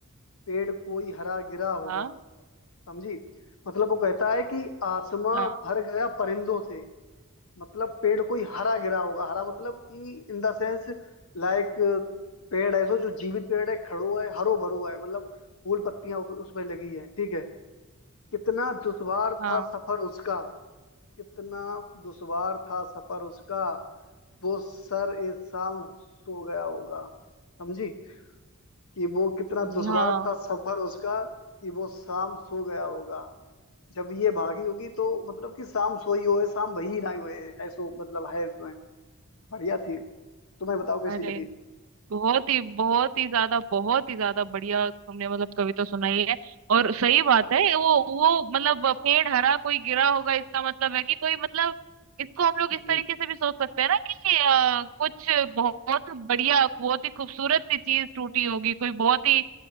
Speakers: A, on the left (about 80°); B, on the right (about 75°).
A: पेड़ कोई हरा गिरा होगा
B: हाँ
A: समझी मतलब वो कहता है कि आसमां
B: हाँ
A: भर गया परिंदों से मतलब पेड़ कोई हरा गिरा होगा हरा मतलब कि इन द सेंस लाइक पेड़ ऐसो जो जीवित पेड़ है खड़ो है हरो भरो है मतलब फूल पत्तियां उसमें लगी है ठीक है कितना दुश्वार
B: हाँ
A: था सफर उसका कितना दुश्वार था सफर उसका वो सर ए शाम सो गया होगा समझी कि वो कितना
B: अरे
A: दुश्वार
B: हाँ
A: था सफर उसका कि वो शाम सो गया होगा जब ये भागी होगी तो मतलब कि शाम सोई होए शाम भई ना होए ऐसो मतलब है इसमें बढ़िया थी तुम्हें बताओ कैसी
B: अरे
A: लगी
B: बहुत ही बहुत ही ज्यादा बहुत ही ज्यादा बढ़िया तुमने मतलब कविता सुनाई है और सही बात है वो वो मतलब पेड़ हरा कोई गिरा होगा इसका मतलब है कि कोई मतलब इसको हम लोग
A: हम्म,
B: इस तरीके से भी सोच सकते हैं ना कि अ, कुछ बहुत बढ़िया बहुत ही खूबसूरत सी चीज टूटी होगी कोई बहुत ही